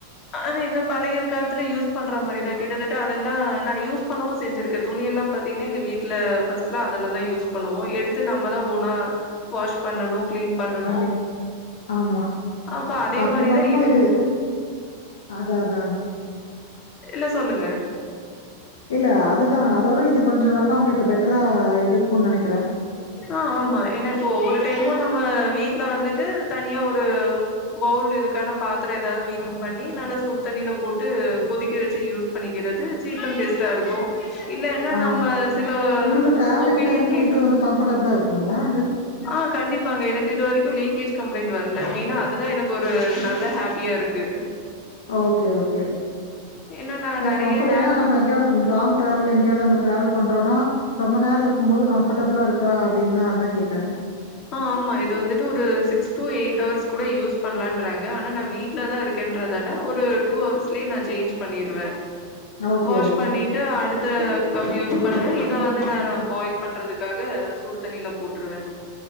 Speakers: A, on the left; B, on the left.
A: ஆனா என்ன பழைய காலத்துல யூஸ் பண்ற மாரிதா கிட்டத்தட்ட அதெல்லா நா யூஸ் பண்ணவு செஞ்சிருக்கே துணியெல்லா பாத் பதீங்னா எங்க வீட்ல ஃபஸ்ட்லா அதெல்லாந்தா யூஸ் பண்ணுவோ எடுத்து நம்மதா ஓனா வாஷ் பண்ணனு கிளீன் பண்ணணு
B: பண்ணிக் ஆமா.
A: அப்ப அதே
B: அப்படி
A: மாரிதா
B: பார்க்கும்போது
A: இதயு
B: அதான், அதான், அதான்.
A: இல்ல சொல்லுங்க
B: இல்ல அதுதா அதோட இது கொஞ்ச நல்லா அவ்ங்களுக்கு பெட்ரா இது இருக்குன் நெனைக்கிறே
A: ஆ ஆமா ஏனா இப்போ ஒவ்வொரு டைமு நம்ம வீட்ல வந்துட்டு தனியா ஒரு பவுல் இதுக்கான பாத்தர எதாவ்து மெய்டன் பண்ணி நல்லா சுடுத் தண்ணில போட்டு கொதிக்க வெச்சு யூஸ் பண்ணிக்கிறது சீப் அண்ட் பேஸ்ட்டா இருக்கு இல்லனா
B: ஆ
A: நம்ம சில
B: உங்களுக்கு ட்ராவலிங்
A: ஒபீனியன்
B: டைம்ல
A: கேட்டோ
B: இது வந்து கம்ஃபர்டபுளா இருக்குங்களா இது?
A: ஆ கண்டிப்பாங்க எனக்கு இது வரைக்கு லீக்கேஜ் கம்ப்ளைண்ட் வர்ல மெயினா அதுதா எனக்கு ஒரு நல்ல ஹாப்பியா இருக்கு
B: ஓகே ஓகே
A: ஏன்னா நா
B: அ
A: நெறைய
B: கம்ஃபர்ட
A: நாப்கின்
B: ஏனா நம்ம எங்கயாவ்து லாங் டிராவல் எங்கேயாது நம்ம டிராவல் பண்றோனா ரொம்ப நேர இருக்கும்போது கம்ஃபர்ட்டபுளா இருக்கா அப்டின் நா அதா கேட்டே
A: ஆ ஆமா இது வந்துட்டு ஒரு சிக்ஸ் டு எயிட் ஹவர்ஸ் கூட யூஸ் பண்லாங்கிறாங்க ஆனா நா வீட் ட்லதா இருக்கேன்றதால ஒரு டூ ஹவர்ஸ்லே ந சேஞ் பண்ணிருவே
B: ஓகே,
A: வாஷ்
B: ஓகே.
A: பண்ணிட் ட்டு அடுத்த கப் யூஸ் பண்ணுவே இத வந்து நானு பாயில் பண்றதுக்காக சுடுத்தண்ணில போட்ருவே